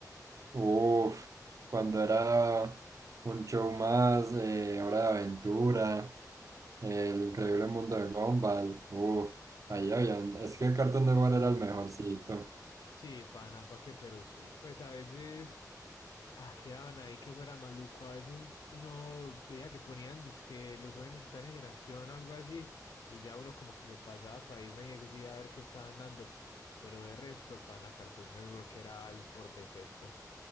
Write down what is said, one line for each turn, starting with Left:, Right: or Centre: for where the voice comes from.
Right: Uf, cuando era un show más, eh, Hora de Aventura, eh, El Increíble Mundo de Gumball. Uf, ahí habían. Es que Cartoon Network era el mejorcito.
Left: Sí, pana, pa' qué, pero sí. Pues a veces ah, quedaban ahí que fuera maluco. A veces uno veía que ponían dizque los jóvenes titanes en acción o algo así, y ya uno como que se pasaba para Disney XD a ver qué estaban dando. Pero de resto, pana, Cartoon Network era el por defecto.